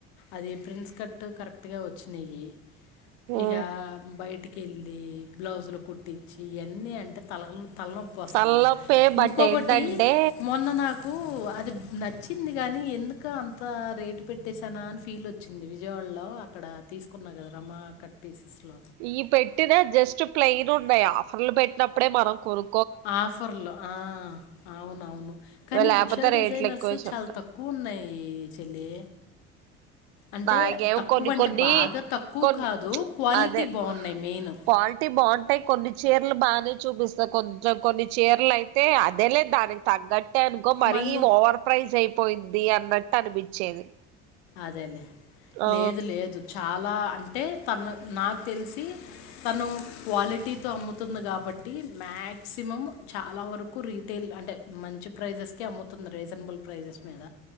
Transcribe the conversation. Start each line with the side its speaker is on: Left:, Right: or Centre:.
Left: అది ప్రింస్ కట్టు కరెక్ట్ గా వచ్చినయి
Right: ఆ
Left: ఇగ బయటి కెళ్ళి బ్లౌజులు కుట్టించి ఇయన్నీ అంటే తలలను తలనొప్పి వస్తుందినాక్,
Right: తలనొప్పే బట్
Left: ఇంకొకటి
Right: ఏంటంటే
Left: మొన్న నాకు కు అది నచ్చింది గానీ ఎందుక అంత రేటు పెట్ తెసనా అని ఫీల్ వచ్చింది విజయవాడలో అక్కడ తీసుకున్నా కద రమా కట్ పీసెస్ లో
Right: ఈ పెట్టినా జస్ట్ ప్లెయిన్ ఉన్నయ్ ఆఫర్లు పెట్టినప్పుడే మనం కొను
Left: ఆఫర్లో ఆ అవునవును కానీ
Right: లేకపోతే
Left: ఉషా డిజైనర్స్
Right: రేట్లు ఎక్కువ చెప్తారు
Left: చాలా తక్కువ ఉన్నాయి చెల్లి. అంటే
Right: నాగేమో
Left: తక్కువ
Right: కొన్ని
Left: అంటే
Right: కొన్ని,
Left: బాగా తక్కువ
Right: కొన్ని
Left: కాదు క్వాలిటీ
Right: అదే
Left: బాగున్నాయి
Right: క్వాలిటీ
Left: మెయిన్
Right: బాగుంటయ్ కొన్ని చీరలు బా చూపిస్తా కొంచెం కొన్ని చీరలయితే అదే లేదు దానికి తగ్గట్ టె అనుకో మరీ
Left: మళ్ళీ
Right: ఓవర్ ప్రైజ్ అయి పోయిద్ది అన్నట్టు అనిపించేది.
Left: అదేలేే
Right: ఆ
Left: లేదు లేదు చాలా అంటే తన నాకు తెలుసు సి తను క్వాలిట్ టీతో అమ్ముతుంది కాబట్టి మ్యాక్సిమం చాలా వరకు రీటైల్ అంటే మంచి ప్రైజెస్కి అమ్ముతుంది రీజనబుల్ ప్రైజెస్ మీద,